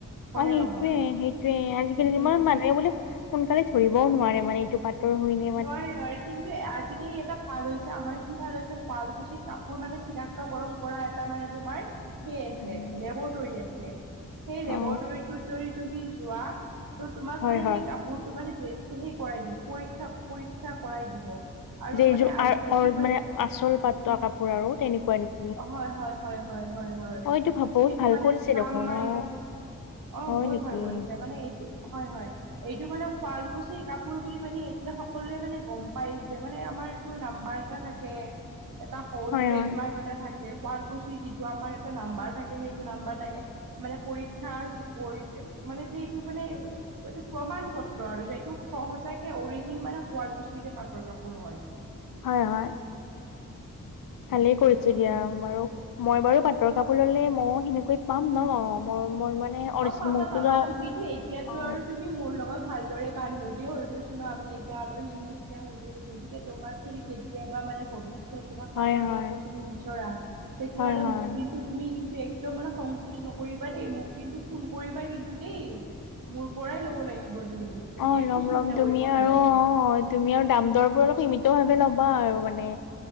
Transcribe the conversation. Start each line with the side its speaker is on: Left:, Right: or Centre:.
Right: হয়নে
Left: অ' সেইটোয়ে,
Right: নহয়
Left: সেইটোয়ে আজিকালি ইমান
Right: উম
Left: মানুহে বোলে সোনকালে ধৰিবও নোৱাৰে মানে এইটো পাটৰ হয় ন।
Right: নোৱাৰে, নোৱাৰে কিন্তু আজিকালি এটা ভাল হৈছে আমাৰ কি ভাল হৈছে শুৱালকুছিৰ কাপোৰ মানে চিনাক্তকৰণ কৰা এটা মানে তোমাৰ সেই আছে
Left: উম
Right: লেবৰটৰী আছে সেই লেবৰটৰীটোত
Left: অ
Right: যদি তুমি যোৱা। ত তোমাক
Left: হয়
Right: মানে
Left: হয়
Right: সেই কাপোৰটো মানে সেই কৰাই দিব পৰীক্ষা, পৰীক্ষা কৰাই দিব। আৰু
Left: যে এইযোৰ
Right: মানে আজিকালি
Left: অ' মানে আচল পাতৰ কাপোৰ আৰু তেনেকুৱা নেকি?
Right: অ' হয়, হয়, হয়, হয়, হয়, হয়,
Left: অ এইটো ভাব বহুত
Right: সেইটো
Left: ভাল
Right: মানে
Left: কৰিছে
Right: ষ্টাম্প
Left: দেখোন
Right: মাৰি
Left: অ
Right: অ'
Left: হয়
Right: বহুত
Left: নেকি
Right: ভাল
Left: অ
Right: কৰিছে মানে, এইটো হয়, হয় এইটো মানে শুৱালকুচি কাপোৰ বুলি মানে এতিয়া সকলোৱে মানে গম পায় যে মানে আমাৰ এইটো নম্বৰ এটা থাকে। এটা হ'ল
Left: হয়
Right: ট্ৰেডমাৰ্ক
Left: হয়
Right: এটা থাকে, ফুলকুচি যিটো আমাৰ এটা নম্বৰ থাকে, সেইটো নম্বৰ থাকে। মানে পৰীক্ষা যি কৰিলে মানে যে এইটো মানে এটা প্ৰমাণ ক্ষেত্ৰ আৰু যে এইটো সহজকে যে অৰিজিন মানে ফুলকুচিটো হয় পাতৰ কাপোৰ হয়।
Left: হয়, হয় ভালেই কৰিছোঁ
Right: উম
Left: দিয়া বাৰু, মই বাৰু পাতৰ কাপোৰ ল'লে মইও হেনেকুৱাই পাম ন
Right: অ
Left: মই, মই মানে অৰিজিন
Right: অ' পাবা,
Left: মোৰতো
Right: পাবা
Left: লওঁ
Right: তুমিতো এতিয়াতো
Left: অ
Right: আৰু তুমি মোৰ লগত ভালদৰে বান্ধৱী হৈ গৈছো ন আমি এতিয়া আলহী নিচিনা হৈ গৈছো গতিকে তোমাক যদি কেতিয়াবা মানে ভৱিষ্যত তোমাক
Left: হয়
Right: পাতৰ
Left: হয়
Right: কাপোৰ তুমি বিচৰা তেতিয়াহ'লে
Left: হয় হয়
Right: তুমি মোক তুমি কিন্তু একদম মানে খংকুস নকৰিবা দে, মোক কিন্তু ফোন কৰিবা কিন্তু দেই। মোৰ পৰা এই ল'ব লাগিব তুমি, তুমি
Left: অ
Right: একো
Left: ল'ম
Right: চিন্তা
Left: ল'ম তুমি
Right: কৰিব নালাগে।
Left: আৰু অ তুমি আৰু দাম-দৰবোৰ অলপ লিমিটত ভাবে ল'বা আৰু মানে।